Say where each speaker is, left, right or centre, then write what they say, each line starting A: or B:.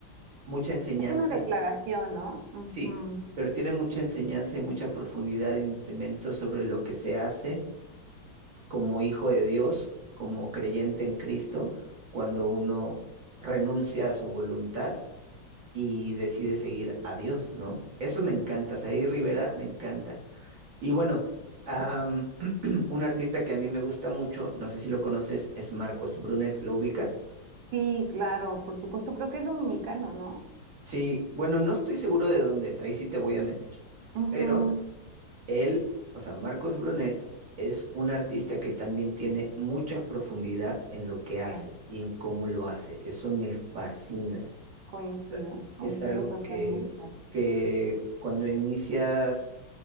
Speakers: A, on the right (about 60°); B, on the right (about 80°).
A: mucha enseñanza,
B: Es una declaración, no Ujú.
A: sí, pero tiene mucha enseñanza y mucha profundidad y nutrimento sobre lo que se hace como hijo de Dios, como creyente en Cristo, cuando uno renuncia a su voluntad y decide seguir a Dios, ¿no? Eso me encanta, Said Rivera me encanta. Y bueno, am, <clears throat> un artista que a mí me gusta mucho, no sé si lo conoces, es Marcos Brunet, ¿lo ubicas?
B: Sí, claro, por supuesto, creo que es dominicano, ¿no?
A: Sí, bueno, no estoy seguro de dónde es, ahí sí te voy a mentir.
B: Ujú,
A: Pero él, o sea, Marcos Brunet es un artista que también tiene mucha profundidad en lo que hace
B: Sí,
A: y en cómo lo hace. Eso me fascina.
B: coincido,
A: O sea,
B: coincido
A: Es algo
B: totalmente.
A: que, que cuando inicias